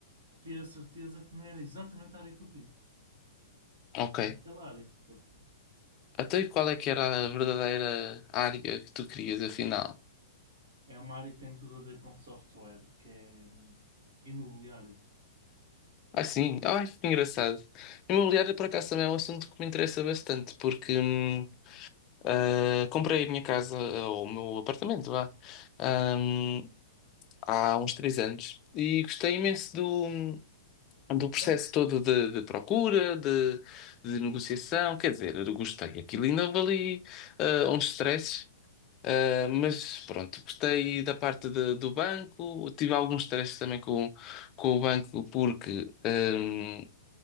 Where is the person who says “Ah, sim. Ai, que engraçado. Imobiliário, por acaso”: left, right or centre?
Left